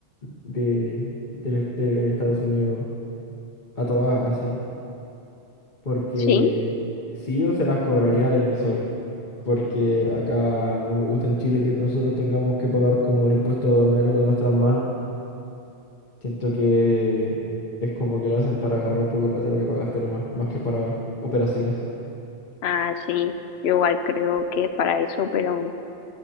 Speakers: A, on the left (about 45°); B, on the left (about 70°).
A: de, del- de Estados Unidos a todas así. Porque
B: ¿Sí?
A: si yo se las cobraría al emisor, porque acá no me gusta en Chile que nosotros tengamos que pagar como el impuesto aduanero de nuestras manos. Siento que es como que lo hacen para agarrar un poco de plata lo que pagaste nomás, más que para operaciones.
B: Ah, sí, yo igual creo que es para eso, pero,